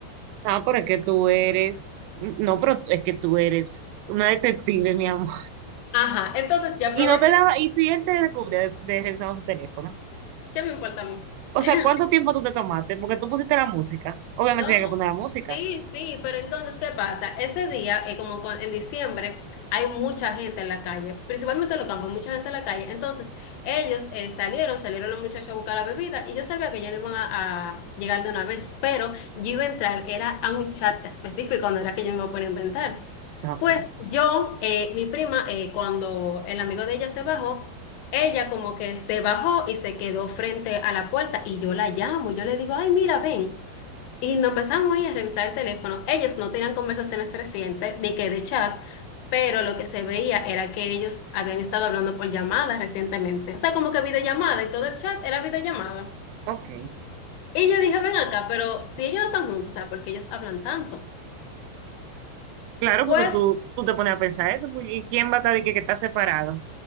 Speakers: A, on the right; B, on the left.
A: Ah, pero es que tú eres, no, pero es que tú eres una detective, mi amor.
B: Ajá, entonces yo aproveché
A: Y no te daba, y si él te descubría de, de revisando su teléfono.
B: ¿Qué me importa a mí?
A: O
B: <laughs>
A: sea, ¿cuánto tiempo tú te tomaste? Porque tú pusiste la música. Obviamente
B: No,
A: tenía que poner la música.
B: Sí, sí, pero entonces, ¿qué pasa? Ese día, eh, como cu- en diciembre, hay mucha gente en la calle, principalmente en los campos, mucha gente en la calle. Entonces, ellos eh, salieron, salieron los muchachos a buscar la bebida y yo sabía que ya no iban a, a llegar de una vez, pero yo iba a entrar, era a un chat específico, no era que yo me iba a poner a inventar.
A: Ah, Ok.
B: Pues yo, eh, mi prima, eh, cuando el amigo de ella se bajó, ella como que se bajó y se quedó frente a la puerta y yo la llamo, yo le digo, ay, mira, ven. Y nos empezamos ahí a revisar el teléfono. Ellos no tenían conversaciones recientes ni que de chat, pero lo que se veía era que ellos habían estado hablando por llamadas recientemente. O sea, como que videollamada y todo el chat era videollamada.
A: Ok.
B: Y yo dije, ven acá, pero si ellos no están juntos, o sea, ¿por qué ellos hablan tanto?
A: Claro,
B: Pues
A: porque tú, tú te pones a pensar eso. pues, ¿Y quién va a estar de que, que está separado?